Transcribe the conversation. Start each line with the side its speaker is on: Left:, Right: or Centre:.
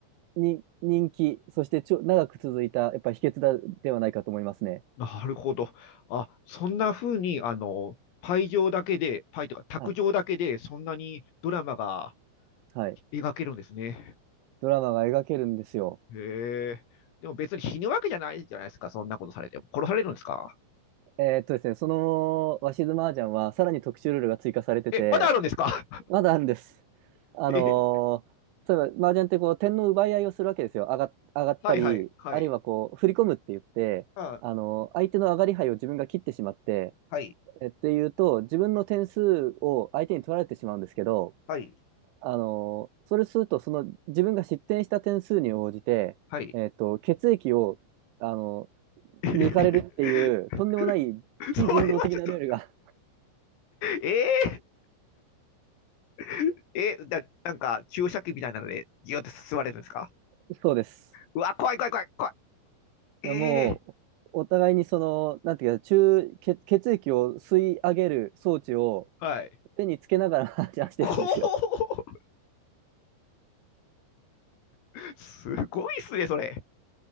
Right: に人気、そしてちょ、長く続いた、やっぱり秘訣だ、ではないかと思いますね。
Left: なるほど。あ、そんな風に、あの、パイ上だけで、パイとか卓上だけで、
Right: はい。
Left: そんなにドラマが
Right: はい。
Left: 描けるんですね。
Right: ドラマが描けるんですよ。
Left: へえ。でも別に死ぬわけじゃないじゃないですか、そんなことされても。殺されるんですか
Right: えーっとですね、その、鷲津麻雀は、さらに特殊ルールが追加されてて、
Left: え、まだあるんですか
Right: まだあるんです。
Left: <laughs>
Right: あのー例えば、
Left: えへ
Right: 麻雀ってこう、点の奪い合いをするわけですよ。上が、上がったり、
Left: はいはいはい。
Right: あるいはこう、振り込むって言って、
Left: あ、
Right: あのー相手の上がり牌を自分が切ってしまって、
Left: はい
Right: えっていうと、自分の点数を相手に取られてしまうんですけど、
Left: はい
Right: あのーそれすると、その自分が失点した点数に応じて、
Left: はい。
Right: えっと、血液を、あのー
Left: <laughs> えへへ
Right: 抜かれるっていう、とんでもない非人道的なルールが、
Left: それはちょっと、ええ <laughs> え、だ、なんか注射器みたいなので、ギュって吸われるんですか
Right: <laughs> そうです。
Left: うわ、怖い怖い怖い怖い。
Right: いやもう、
Left: えー、
Right: お互いにその、なんていうか、中、血、血液を吸い上げる装置を
Left: はい。
Right: 手につけながら話し合ってるんですよ。
Left: こう、すごいっすね、それ。